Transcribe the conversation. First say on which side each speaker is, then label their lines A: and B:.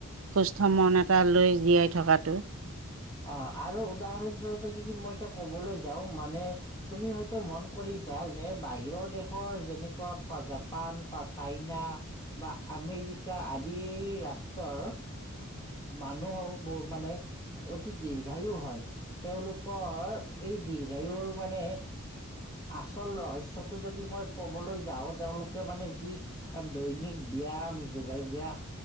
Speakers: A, on the right; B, on the left.
A: সুস্থ মন এটা লৈ জীয়াই থকাটো
B: অ আৰু উদাহৰণ স্বৰূপে যদি মই এতিয়া ক'বলৈ যাওঁ মানে তুমি হয়তো মন কৰিছা যে বাহিৰৰ দেশৰ যেনেকুৱা প জাপান বা ছাইনা বা আমেৰিকা আদি ৰাষ্ট্ৰৰ মানুহ হও বহুত মানে দীৰ্ঘায়ু হয় তেওঁলোকৰ এই দীৰ্ঘায়ুৰ মানে আচল ৰহস্যটো যদি মই ক'বলৈ যাওঁ তেওঁলোকে মানে যি দৈনিক ব্যায়াম যোগাভ্যাস